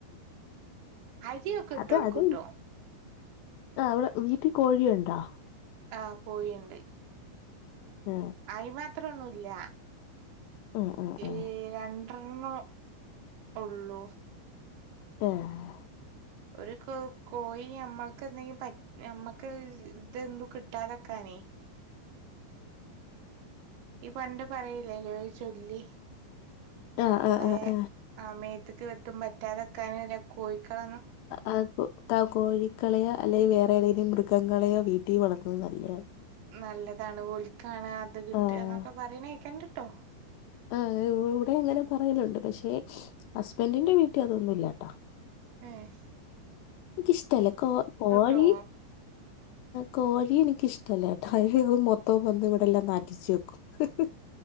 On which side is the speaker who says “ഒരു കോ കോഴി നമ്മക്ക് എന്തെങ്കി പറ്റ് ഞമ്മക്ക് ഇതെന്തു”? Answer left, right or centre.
Right